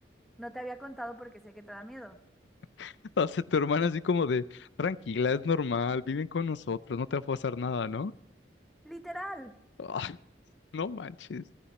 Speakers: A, in the centre; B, on the left.
A: no te había contado porque sé que te da miedo.
B: <laughs> O sea, tu hermana así como de, tranquila, es normal, viven con nosotros, no te va a pasar nada, ¿no?
A: Literal.
B: Ah, <laughs> no manches.